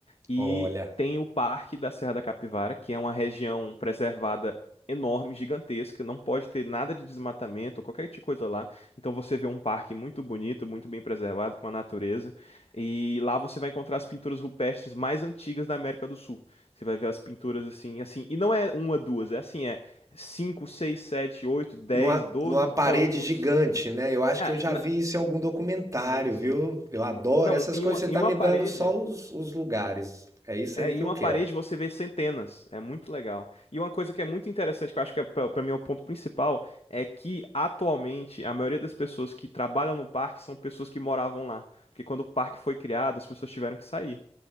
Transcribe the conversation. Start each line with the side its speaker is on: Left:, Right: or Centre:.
Left: E
Right: Olha.
Left: tem o Parque da Serra da Capivara, que é uma região preservada enorme, gigantesca, não pode ter nada de desmatamento ou qualquer tipo de coisa lá. Então você vê um parque muito bonito, muito bem preservado, com a natureza. E lá você vai encontrar as pinturas rupestres mais antigas da América do Sul. Você vai ver as pinturas assim, assim. E não é uma, duas, é assim, é cinco, seis, sete, oito, dez,
Right: Numa,
Left: doze
Right: numa parede
Left: campos.
Right: gigante, né? Eu acho
Left: É,
Right: que eu já
Left: na-
Right: vi isso em algum documentário,
Left: Sim, sim.
Right: viu? Eu adoro
Left: Não,
Right: essas
Left: em
Right: coisas,
Left: uma,
Right: você
Left: em
Right: tá
Left: uma
Right: me
Left: parede.
Right: dando só os, os lugares. É isso
Left: É,
Right: aí
Left: em
Right: que eu
Left: uma
Right: quero.
Left: parede você vê centenas. É muito legal. E uma coisa que é muito interessante, que eu acho que é, pra pra mim é o ponto principal, é que atualmente a maioria das pessoas que trabalham no parque são pessoas que moravam lá. Porque quando o parque foi criado, as pessoas tiveram que sair,